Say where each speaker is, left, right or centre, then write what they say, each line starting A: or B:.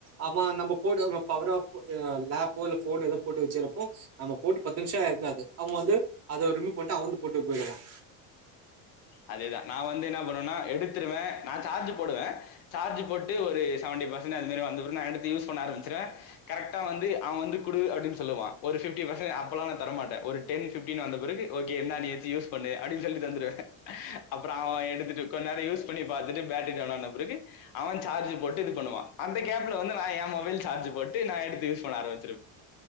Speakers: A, on the right; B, on the left.
A: ஆமா நம்ம போய்டுவோம் அங்க பவர் ஆஃப் போ ஹ லேப்போ இல்ல ஃபோன் ஏதோ போட்டு வச்சிறப்போ நம்ம போட்டு பத் து நிமிஷம் ஆயிருக்காது அவங்க வந்து அத ரிமூவ் பண்ணிட்டு அவனுந்து போட்டு போயிடுவான்
B: அதேதான் நான் வந்து என்ன பண்ணுவேனா எடுத்துடுவேன் நா சார்ஜ் போடுவேன் சார்ஜ் போட்டு ஒரு செவன்டி பர்சென் அந்த மாரி வந்தப்பிர நான் எடுத்து யூஸ் பண்ண ஆரம்பிச்சிருவேன் கரக்டா வந்து அவன் வந்து குடு அப்டின்னு சொல்லுவான் ஒரு பிப்டி பர்சன்ட் அப்பல்லாம் நான் தரமாட்டேன் ஒரு டென் பிப்டீன் வந்த பிறகு ஓகே இந்தா நீ வச்சு யூஸ் பண்ணு அப்டின்னு சொல்லிட்டு தந்துடுவேன் அப்புறம் அவன் எடுத்துட்டு கொஞ் நேரம் யூஸ் பண்ணி பாத்துட்டு பேட்டரி டவுன் <unintelligible> பிறகு அவன் சார்ஜ் போட்டு இது பண்ணுவான் அந்த கேப்ல வந்து நான் என் மொபைல் சார்ஜ் போட்டு நான் எடுத்து யூஸ் பண்ண ஆரமிச்